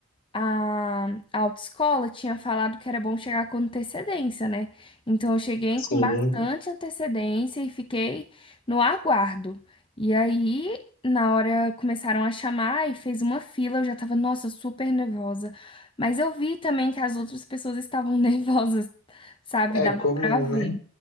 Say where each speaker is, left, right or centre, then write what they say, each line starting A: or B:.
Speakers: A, on the left; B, on the left.
A: a, a autoescola tinha falado que era bom chegar com antecedência, né? Então eu cheguei
B: sim.
A: com bastante antecedência e fiquei no aguardo. E aí, na hora começaram a chamar e fez uma fila, eu já tava, nossa, super nervosa. Mas eu vi também que as outras pessoas estavam <laughs> nervosas, sabe?
B: É
A: Dava
B: comum,
A: pra ver.
B: né?